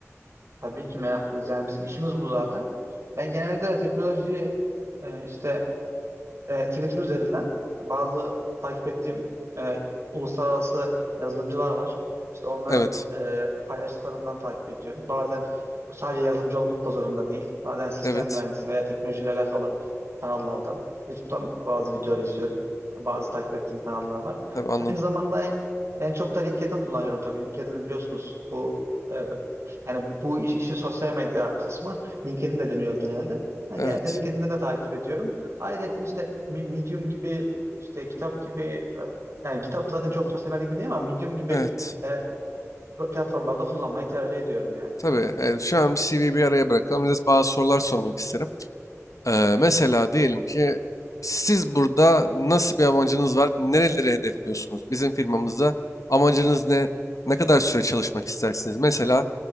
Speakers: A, on the right; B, on the left.
A: Tabii ki meraklıyız. Yani bizim işimiz bu zaten. Ben genelde teknolojiyi e, işte e, Twitter üzerinden bazı takip ettiğim e, uluslararası yazılımcılar var. İşte onların
B: Evet.
A: e, paylaştıklarından takip ediyorum. Bazen bu sadece yazılımcı olmak da zorunda değil. Bazen sistem
B: Evet.
A: mühendisi veya teknolojiyle alakalı kanallardan, YouTube'dan bazı videolar izliyorum. Bazı takip ettiğim kanallar var.
B: Tabii anladım.
A: Aynı zamanda en, en çok da LinkedIn kullanıyorum tabii. LinkedIn'i biliyorsunuz bu e, yani bu iş- işin sosyal medya kısmı LinkedIn'de dönüyor genelde. Ha,
B: Evet.
A: genelde LinkedIn'den de takip ediyorum. Ayrıca işte Mi- Medium gibi işte kitap gibi e, yani kitap zaten çok sosyal medya gibi değil ama Medium gibi
B: Evet.
A: e, platformlarda kullanmayı tercih ediyorum yani.
B: Tabii. evet, Şu an bir CV'yi bir araya bırakalım. Size bazı sorular sormak isterim. Ee, mesela diyelim ki siz burada nasıl bir amacınız var? Nereleri hedefliyorsunuz? Bizim firmamızda amacınız ne? Ne kadar süre çalışmak istersiniz? Mesela